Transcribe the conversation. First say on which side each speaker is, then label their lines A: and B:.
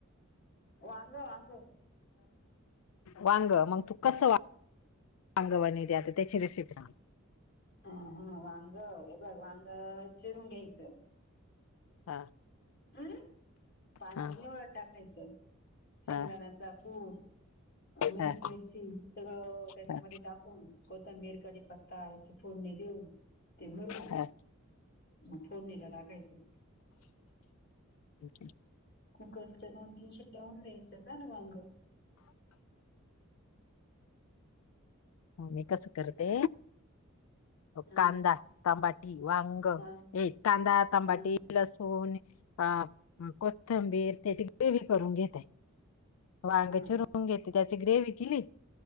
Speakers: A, on the left; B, on the left.
A: वाांग वाांग.
B: वांग मग तू कस वा अंगवाणी द्या आता त्याची रिसिपी सगली
A: ह हा वांग हे बघ वांग चिरून घ्यायचं
B: हा
A: हम्म? पाण्यात
B: हा,
A: निवळं टाकायचं शेंगदाण्याचा
B: हा,
A: कूप मीठ
B: हा,
A: मिरची सगळं त्याच्यामध्ये
B: हा,
A: टाकून कोतंबीर कडी पत्ता याच्या फोडणी देऊन ते भरून
B: हा,
A: आस फोडणी ला टाकायचं
B: अच्
A: कुकरच्या दोन-तीन शिट्ट्या होऊन द्यायच्या झालं वांग
B: मी कसं करते
A: हा
B: कांदा तांबाट वांग
A: हा
B: एक कांदा तंबाटी
A: हा
B: लसूण अ कोथंबीर त्याची ग्रेवी करून घेतय वांग्याची
A: हा
B: रुंग घेते त्याची ग्रेवी केली